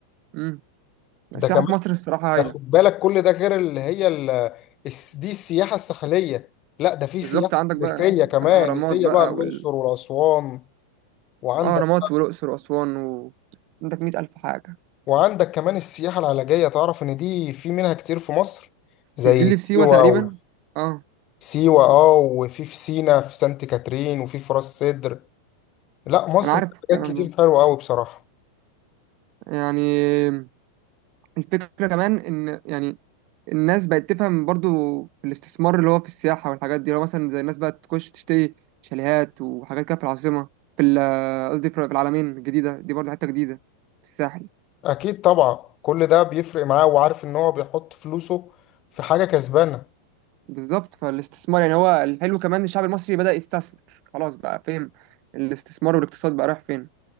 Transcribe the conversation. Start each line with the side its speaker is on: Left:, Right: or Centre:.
Right: امم
Left: ده
Right: السياحه
Left: كمان
Right: في مصر الصراحه هايله
Left: ده خد بالك كل ده غير اللي هي ال... الس- دي السياحة الساحلية لا ده في
Right: بالظبط
Left: سياحة
Right: عندك بقى
Left: تاريخية كمان
Right: الأهرامات
Left: اللي هي
Right: بقى
Left: بقى الأقصر
Right: وال
Left: وأسوان وعندك
Right: آه، أهرامات والأقصر وأسوان و... عندك مئة ألف حاجة
Left: وعندك كمان السياحة العلاجية تعرف إن دي في منها كتير في مصر زي
Right: مش دي اللي
Left: سيوة
Right: في سيوة تقريبا؟
Left: و...
Right: اه
Left: سيوة اه وفي في سينا في سانت كاترين وفي في راس سدر لا مصر
Right: أنا عارف
Left: في
Right: الكلام
Left: حاجات كتير
Right: ده
Left: حلوة أوي بصراحة
Right: يعني الفكرة كمان إن يعني الناس بقت تفهم برضو في الاستثمار اللي هو في السياحة والحاجات دي لو مثلا زي الناس بقى تخش تشتري شاليهات وحاجات كده في العاصمة في ال- قصدي في العالمين الجديدة دي برضو حتة جديدة في الساحل
Left: أكيد طبعا كل ده بيفرق معاه وعارف إن هو بيحط فلوسه في حاجة كسبانة
Right: بالظبط فالاستثمار يعني هو الحلو كمان الشعب المصري بدأ يستثمر خلاص بقى فاهم الاستثمار والاقتصاد بقى رايح فين